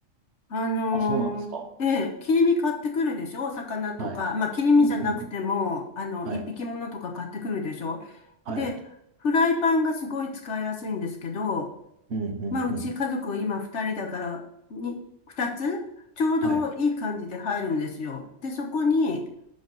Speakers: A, on the left; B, on the right.
A: あのーええ、
B: あ、そうなんですか。
A: 切り身買ってくるでしょお魚とか。
B: はい。
A: まあ、切り身じゃなくても、
B: うん、うん。
A: あの、
B: はい。
A: 一匹ものとか買ってくるでしょで、
B: はい。
A: フライパンがすごい使いやすいんですけど、
B: うんうんうん。
A: まあ、うち家族今二人だから、に、二つちょうどいい感じで入るんですよ。
B: はい。
A: で、そこに、